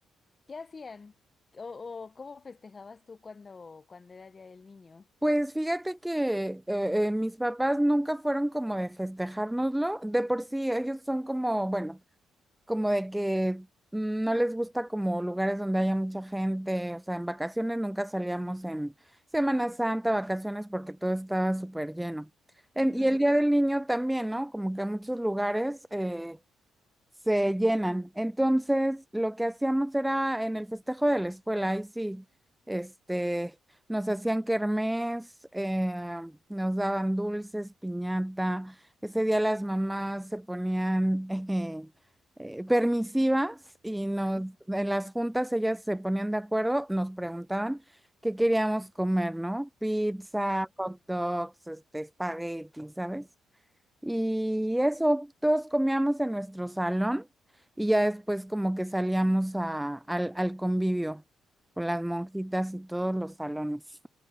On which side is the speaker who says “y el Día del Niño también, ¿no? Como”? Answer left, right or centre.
Centre